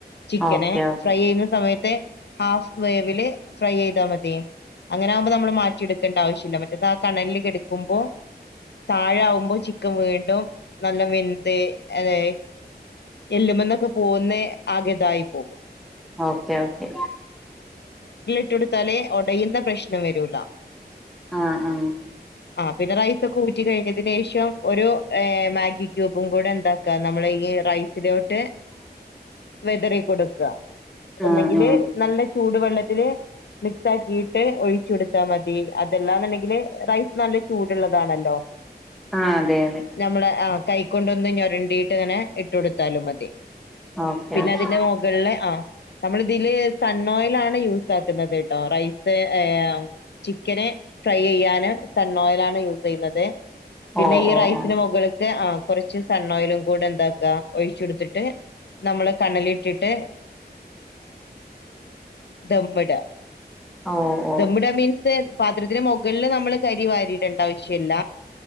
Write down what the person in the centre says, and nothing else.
ഓക്കെ ഓക്കെ
ഓക്കെ ഓക്കെ
ആഹ്
ആഹ്
ആഹ് അതെ അതെ
ഓക്കെ
ഓക്കെ
ഓ
ഓ
ഓ
<inaudible>
ആഹ്